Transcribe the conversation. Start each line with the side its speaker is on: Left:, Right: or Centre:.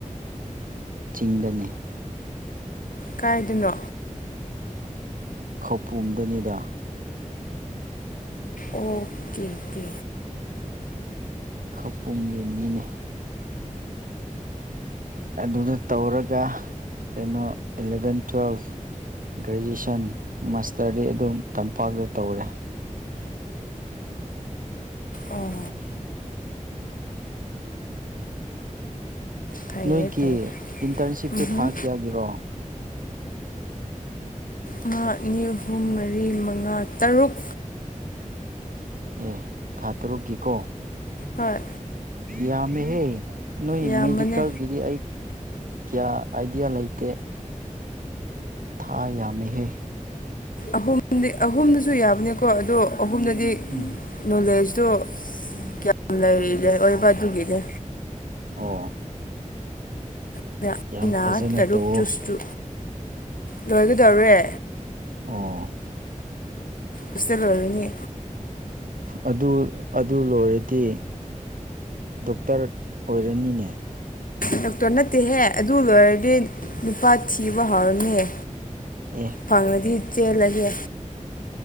Right: ꯆꯤꯡꯗꯅꯦ
Left: ꯀꯥꯏꯗꯅꯣ
Right: ꯈꯧꯄꯨꯝꯗꯅꯤꯗ
Left: ꯑꯣꯀꯦꯀꯦ
Right: ꯈꯧꯄꯨꯝꯒꯤ ꯃꯤꯅꯦ ꯑꯗꯨꯗ ꯇꯧꯔꯒ ꯀꯩꯅꯣ ꯏꯜꯂꯚꯦꯟ ꯇꯨꯋꯦꯜꯐ ꯒ꯭ꯔꯦꯖꯨꯌꯦꯁꯟ ꯃꯥꯁꯇꯔꯗꯤ ꯑꯗꯨꯝ ꯇꯝꯄꯥꯛꯇ ꯇꯧꯔꯦ
Left: ꯑꯣ
Right: <inaudible>
Left: ꯐꯩꯌꯦ
Right: ꯅꯣꯏꯒꯤ
Left: ꯐꯩꯌꯦ
Right: ꯏꯟꯇꯔꯟꯁꯤꯞꯇꯣ
Left: ꯎꯝꯍꯨꯝ
Right: ꯊꯥ ꯀꯌꯥꯒꯤꯔꯣ
Left: ꯑꯃ ꯑꯅꯤ ꯑꯍꯨꯝ ꯃꯔꯤ ꯃꯉꯥ ꯇꯔꯨꯛ
Right: ꯑꯦ ꯊꯥ ꯇꯔꯨꯛꯀꯤꯀꯣ
Left: ꯍꯣꯏ
Right: ꯌꯥꯝꯃꯦꯍꯦ ꯅꯣꯏ
Left: ꯌꯥꯝꯕꯅꯦ
Right: ꯃꯦꯗꯤꯀꯦꯜꯒꯤꯗꯤ ꯑꯩ ꯀꯌꯥ ꯑꯥꯏꯗꯤꯌꯥ ꯂꯩꯇꯦ ꯊꯥ ꯌꯥꯝꯃꯤꯍꯦ
Left: ꯑꯍꯨꯝꯗꯤ ꯑꯍꯨꯝꯗꯨꯁꯨ ꯌꯥꯕꯅꯦꯀꯣ ꯑꯗꯣ ꯑꯗꯨꯝꯗꯗꯤ
Right: ꯎꯝ
Left: ꯅꯣꯂꯦꯖꯇꯣ ꯒ꯭ꯌꯥꯟ ꯂꯩꯔꯤꯔꯦ ꯑꯣꯏꯕ ꯑꯗꯨꯒꯤꯅꯦ
Right: ꯑꯣ
Left: <unintelligible>
Right: ꯌꯥꯝ ꯐꯖꯅ
Left: ꯇꯔꯨꯛ
Right: ꯇꯧꯋꯣ
Left: ꯆꯨꯁꯨ ꯂꯣꯏꯒꯗꯧꯔꯦ
Right: ꯑꯣ
Left: ꯍꯣꯁꯇꯦꯜ ꯂꯣꯏ ꯔꯅꯤ
Right: ꯑꯗꯨ ꯑꯗꯨ ꯂꯣꯏꯔꯗꯤ ꯗꯣꯛꯇꯔ ꯑꯣꯏꯔꯅꯤꯅꯦ
Left: ꯗꯣꯛꯇꯔ ꯅꯠꯇꯦꯍꯦ ꯑꯗꯨ ꯂꯣꯏꯔꯗꯤ ꯂꯨꯄꯥ ꯊꯤꯕ ꯍꯧꯔꯅꯤ
Right: ꯑꯣ
Left: ꯐꯪꯉꯗꯤ ꯆꯦꯜꯂꯒꯦ